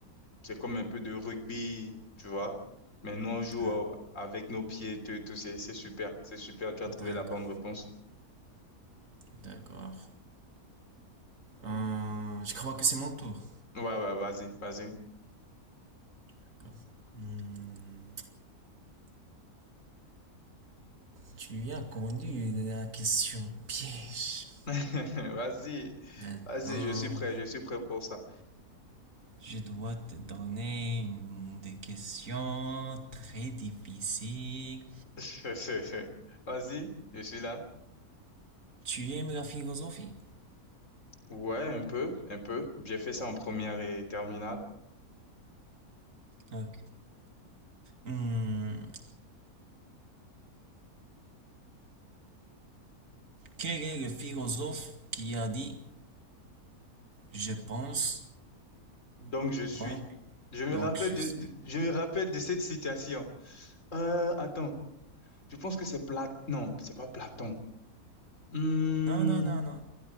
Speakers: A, on the left; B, on the right.
A: C'est comme un peu de rugby, tu vois. Mais nous, on joue
B: D'ac-
A: euh, avec nos pieds, tout, tout. C'est, c'est super. C'est super. Tu as trouvé
B: D'accord,
A: la bonne réponse.
B: d'accord. Euh, je crois que c'est mon tour.
A: Ouais, ouais, vas-y, vas-y.
B: D'accord. Hmm, tu as connu la question piège.
A: <laughs> Vas-y,
B: Maintenant,
A: vas-y, je suis prêt, je suis prêt pour ça.
B: je dois te donner une- des questions très difficiles.
A: <laughs> Vas-y, je suis là.
B: Tu aimes la philosophie?
A: Ouais, un peu, un peu. J'ai fait ça en première et terminale.
B: Ok. Hmm, quel est le philosophe qui a dit je pense,
A: Donc je suis.
B: donc,
A: Je me
B: donc
A: rappelle
B: je
A: de,
B: suis?
A: de- je me rappelle de cette citation. Euh, attends, je pense que c'est Platon. Non, c'est pas Platon. Hmm,
B: Non, non, non, non.